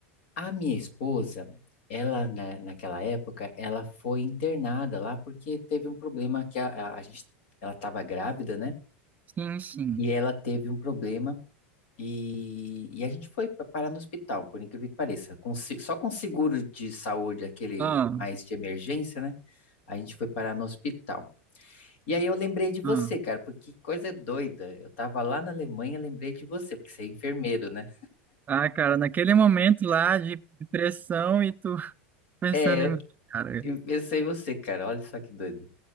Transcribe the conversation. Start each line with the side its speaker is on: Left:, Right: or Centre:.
Left: A minha esposa, ela na, naquela época, ela foi internada lá porque teve um problema que a, a- a gente, ela estava grávida, né?
Right: sim, sim.
Left: E ela teve um problema e, e a gente foi pa- parar no hospital, por incrível que pareça, com se- só com seguro de saúde, aquele
Right: Ah,
Left: mais de emergência, né? A gente foi parar no hospital. E aí eu lembrei de você,
Right: ah.
Left: cara, porque que coisa doida. Eu tava lá na Alemanha, lembrei de você, porque você é enfermeiro, né?
Right: Ah, cara, naquele momento lá de de pressão e tu <laughs> pensando
Left: É,
Right: em.
Left: eu,
Right: Cara,
Left: eu pensei em você, cara, olha só que doido.